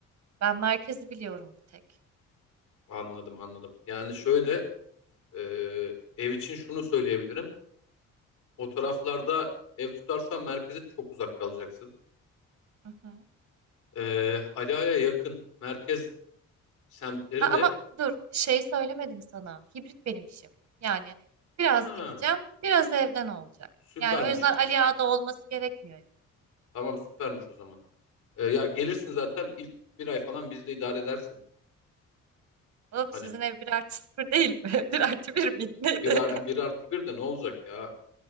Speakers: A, on the right; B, on the left.
A: Ben merkezi biliyorum bir tek.
B: Anladım anladım. Yani şöyle e, ev için şunu söyleyebilirim. O taraflarda ev tutarsan merkeze çok uzak kalacaksın.
A: Hı hı.
B: E, Ala'ya yakın merkez semtleri
A: A- ama
B: de
A: dur şey söylemedim sana. Hibrit benim işim. Yani biraz
B: ha
A: gideceğim, biraz evden olacak.
B: süpermiş
A: Yani o yüzden
B: o zaman.
A: Ali Ağa'da olması gerekmiyor.
B: Tamam süpermiş o zaman. E, ya gelirsin zaten ilk bir ay falan bizde idare edersin.
A: Oğlum
B: Hani
A: sizin ev bir artı sıfır değil mi? <laughs> Bir artı 1 miydi? Neydi?
B: bir, ar- bir artı bir de ne olacak ya?